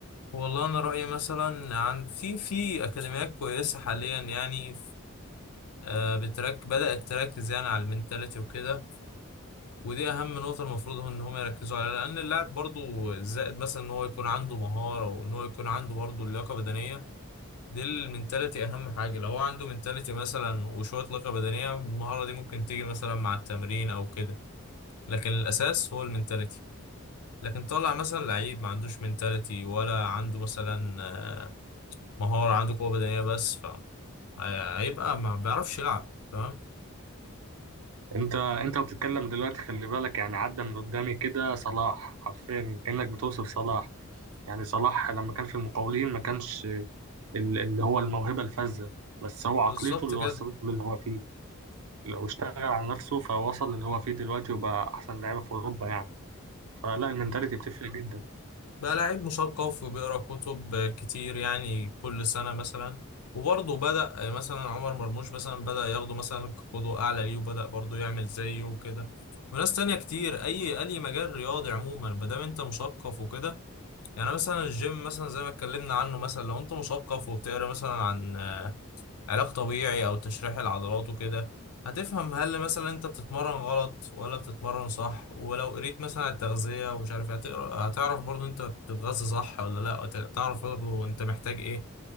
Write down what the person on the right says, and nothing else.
انت انت بتتكلم دلوقتي خلي بالك يعني عدى من قدامي كده صلاح حرفيا كأنك بتوصف صلاح يعني صلاح لما كان في المقاولين ما كانش ال- اللي هو الموهبة الفذة بس هو عقليته
اللي
وصلته للي هو فيه لو اشتغل على نفسه فوصل للي هو فيه دلوقتي وبقى احسن لعيبة في اوروبا يعني فلا المنتاليتي بتفرق جدا